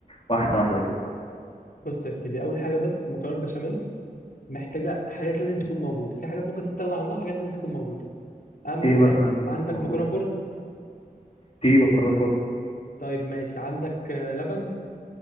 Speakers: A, on the left; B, on the left.
A: واحده واحده كده
B: بص يا سيدي اول حاجه بس مكرونه بشاميل محتاجه حاجات لازم تكون موجوده في حاجات ممكن تستغنى عنها وحاجات لازم تكون موجوده اهم
A: ايه
B: حاجه
A: مثلا
B: انت عندك
A: موجود
B: مكرونه فرن
A: في مكرونه فرن
B: طيب ماشي عندك آه، لبن